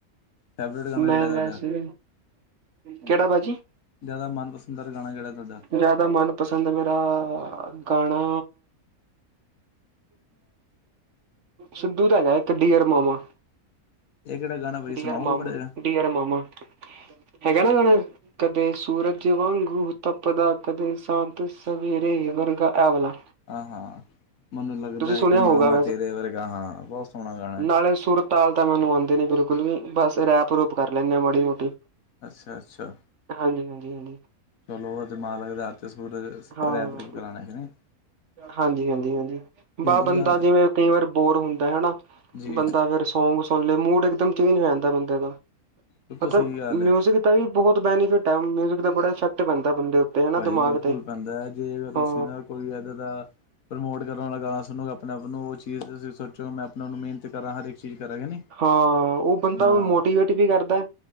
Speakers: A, on the left; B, on the right.
A: ਫੇਵਰੇਟ ਗਾਣਾ
B: ਮੈਂ
A: ਕਿਹੜਾ
B: ਵੈਸੈ
A: ਤੁਹਾਡਾ
B: ਕਿਹੜਾ ਭਾਜੀ?
A: ਜ਼ਿਆਦਾ ਮਨਪਸੰਦ ਦਾਰ ਗਾਣਾ ਕਿਹੜਾ ਤੁਹਾਡਾ?
B: ਜ਼ਿਆਦਾ ਮਨ ਪਸੰਦ ਮੇਰਾ ਗਾਣਾ ਸਿੱਧੂ ਦਾ ਹੈਗਾ ਇੱਕ ਡੀਅਰ ਮਾਾਮਾ।
A: ਇਹ ਕੇੜਾ ਗਾਣਾ? ਭਾਜੀ
B: ਡੀਅਰ
A: ਸੁਣਾਓਗੇ
B: ਮਾਮਾ,
A: ਮਾੜਾ ਜਿਹਾ
B: ਡੀਅਰ ਮਾਮਾ ਹੈਗਾ ਨਾ ਗਾਣਾ। ਕਦੇ ਸੂਰਜ ਵਾਂਗੂ ਤਪਦਾ, ਕਦੇ ਸ਼ਾਂਤ ਸਵੇਰੇ ਵਰਗਾ ਐ ਵਾਲਾ
A: ਹਾਂ ਹਾਂ ਮੈਨੂੰ ਲੱਗਦਾ
B: ਤੁਸੀਂ ਸੁਣਿਆ
A: ਹੈ ਕਿ
B: ਹੋਊਗਾ
A: ਮਾਂ ਮੈਂ ਤੇਰੇ ਵਰਗਾ ਹਾਂ ਬਹੁਤ ਸੋਹਣਾ ਗਾਣਾ ਹੈ।
B: ਅਰੇ ਸੂਰਤ। ਤਾਲ ਤਾਂ ਮੈਨੂੰ ਆਉਂਦੀ ਨਹੀ ਬਿਲਕੁਲ ਵੀ ਬਸ ਰੈਪ ਰੂਪ ਕਰ ਲੈਂਦੇ ਆ ਮਾੜੀ ਮੋਟੀ।
A: ਅੱਛਾ ਅੱਛਾ।
B: ਹਾਂਜੀ, ਹਾਂਜੀ, ਹਾਂਜੀ।
A: ਚਲੋ ਉਹ ਤੇ ਮਾਲਕ ਦੇ ਹੱਥ ਆ
B: ਹਾਂ
A: ਰੈਪ ਰੂਪ ਕਰਾਣੇ ਹੈ।
B: ਹਾਂਜੀ, ਹਾਂਜੀ, ਹਾਂਜੀ
A: ਹਿੰਦੀ
B: ਵ ਬੰਦਾ
A: ਗਾਣੇ
B: ਜਿਵੇਂ ਕਈ ਵਾਰ ਬੋਰ ਹੁੰਦਾ ਹਨਾ
A: ਜੀ
B: ਬੰਦਾ। ਫਿਰ ਸੌਂਗ ਸੁਣ ਲਏ ਮੂਡ ਇੱਕਦਮ ਚੇਂਜ ਹੋ ਜਾਂਦਾ ਬੰਦੇ ਦਾ
A: ਬਿਲਕੁਲ
B: ਮਤਲਬ
A: ਸਹੀ ਗੱਲ
B: ਮਿਊਜਿਕ।
A: ਹੈ
B: ਤਾਂ ਹੀ ਬਹੁਤ ਬੈਨੀਫਿਟ ਮਿਊਜ਼ਿਕ ਦਾ ਬੜਾ ਇਫੈਕਟ ਪੈਂਦਾ ਬੰਦੇ ਉੱਤੇ। ਹਨਾ
A: ਭਾਜੀ
B: ਦਿਮਾਗ
A: ਬਿਲਕੁਲ
B: ਤੇ
A: ਪੈਂਦਾ ਹੈ ਜੇ ਤੁਸੀਂ
B: ਹਾਂ
A: ਨਾ ਕੋਈ ਇੱਦਾਂ ਦਾ ਪ੍ਰਮੋਟ। ਜਿਸ ਤਰ੍ਹਾਂ ਦਾ ਗਾਣਾ ਸੁਣੋ ਆਪਣੇ ਆਪ ਨੂੰ ਉਹ ਚੀਜ਼ ਤੁਸੀਂ ਸੋਚੋ ਮੈਂ। ਆਪ ਨੂੰ ਮਿਹਨਤ ਕਰਾਂ ਹਰ ਇੱਕ ਚੀਜ਼ ਕਰਾਂਗੇ ਨੀ
B: ਹਾਂ, ਉਹ ਬੰਦਾ
A: ਹਾਂ
B: ਮੋਟੀਵੇਟ ਵੀ ਕਰਦਾ।